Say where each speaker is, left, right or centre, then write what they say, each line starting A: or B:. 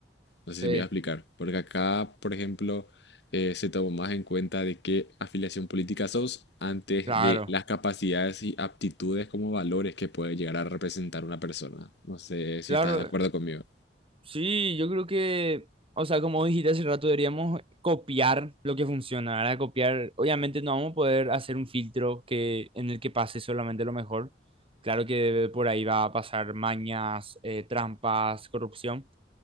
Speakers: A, on the left; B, on the right.
A: No sé
B: sí,
A: si me voy a explicar. Porque acá, por ejemplo, eh, se tomó más en cuenta de qué afiliación política sos antes
B: claro.
A: de las capacidades y aptitudes como valores que puede llegar a representar una persona. No sé si
B: Claro,
A: estás de acuerdo conmigo.
B: Sí, yo creo que, o sea, como dijiste hace rato, deberíamos copiar lo que funciona, ¿verdad? Copiar, obviamente no vamos a poder hacer un filtro que, en el que pase solamente lo mejor. Claro que por ahí va a pasar mañas, eh, trampas, corrupción,